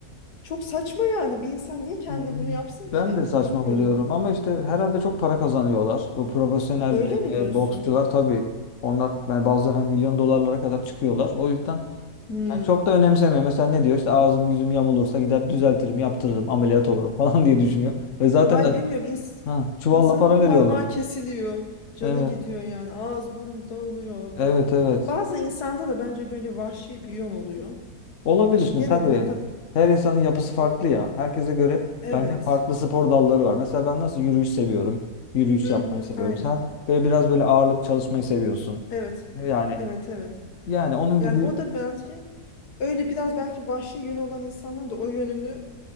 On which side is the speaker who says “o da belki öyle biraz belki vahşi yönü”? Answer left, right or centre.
Left